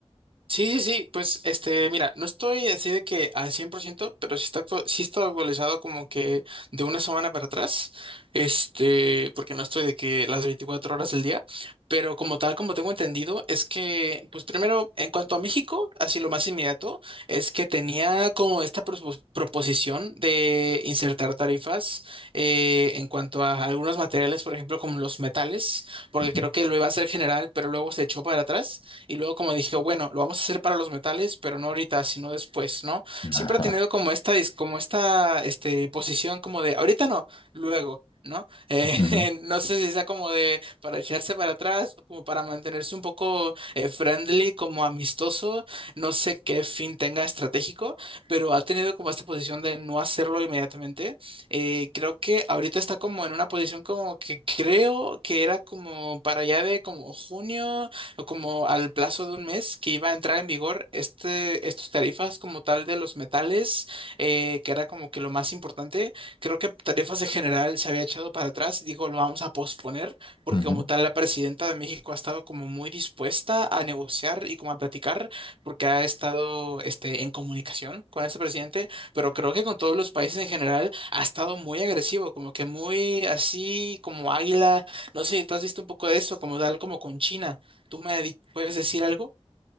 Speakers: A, on the right (about 55°); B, on the left (about 45°).
A: Sí, sí, sí, pues este, mira, no estoy así de que al 100%, pero sí está, actu- sí está actualizado como que de una semana para atrás, este, porque no estoy de que las 24 horas del día, pero como tal, como tengo entendido, es que, pues primero, en cuanto a México, así lo más inmediato, es que tenía como esta propos- proposición de insertar tarifas eh, en cuanto a algunos materiales, por ejemplo, como los metales, porque
B: Ujú.
A: creo que lo iba a hacer general, pero luego se echó para atrás. Y luego como dije, bueno, lo vamos a hacer para los metales, pero no ahorita, sino después, ¿no?
B: <laughs>
A: Siempre ha tenido como esta, dis- como esta, este, posición como de, ahorita no, luego. ¿No? Eh,
B: Ujú,
A: <laughs> no sé si sea como de para echarse para atrás, como para mantenerse un poco eh, friendly, como amistoso, no sé qué fin tenga estratégico, pero ha tenido como esta posición de no hacerlo inmediatamente. Eh, creo que ahorita está como en una posición como que creo que era como para allá de como junio, como al plazo de un mes que iba a entrar en vigor este, estos tarifas como tal de los metales, eh, que era como que lo más importante. Creo que tarifas de general se había echado para atrás y dijo, lo vamos a posponer, porque
B: ujú.
A: como tal la presidenta de México ha estado como muy dispuesta a negociar y como a platicar, porque ha estado este, en comunicación con este presidente, pero creo que con todos los países en general ha estado muy agresivo, como que muy así como águila. No sé si tú has visto un poco de eso, como tal como con China. ¿Tú me di- puedes decir algo?